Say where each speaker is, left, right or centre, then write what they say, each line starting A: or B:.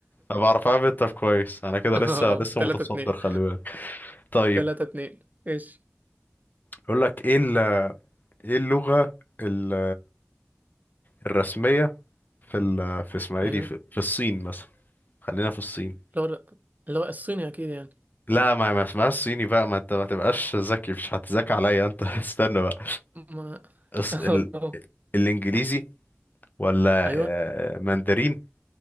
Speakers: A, on the left; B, on the right.
A: انا بعرف اهبط طب كويس انا كده
B: <laughs> آه
A: لسه
B: آه.
A: لسه
B: تلاتة
A: متصدر
B: اتنين
A: خلي بالك طيب
B: تلاتة اتنين إيش
A: اقول لك ايه ايه اللغة ال- الرسمية في ال... في اسمها ايه
B: ايوه
A: دي في... في الصين مثلا خلينا في الصين
B: اللي هو اللي هو الصيني اكيد يعني
A: لا ما ما اسمهاش صيني بقى ما انت ما تبقاش ذكي مش هتذاكى عليا انت <laughs> استنى بقى
B: ما
A: الص-
B: <laughs>
A: ال... الانجليزي ولا
B: ايوه
A: آه، ماندرين